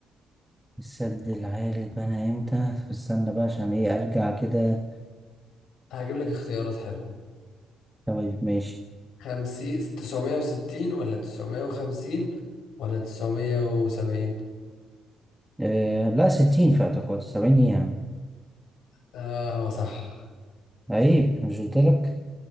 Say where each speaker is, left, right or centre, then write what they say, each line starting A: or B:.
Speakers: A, in the centre; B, on the left.
A: السد العالي اتبنى امتى؟ طب استنى بقى عشان ايه ارجع كده
B: هجيب لك اختيارات حلوة
A: طيب ماشي
B: خمسين تسعمية وستين ولا تسعمية وخمسين ولا تسعمية وسبعين
A: آه لا ستين في اعتقادي سبعين ايه يا عم
B: اه هو صح
A: عيب مش قلتلك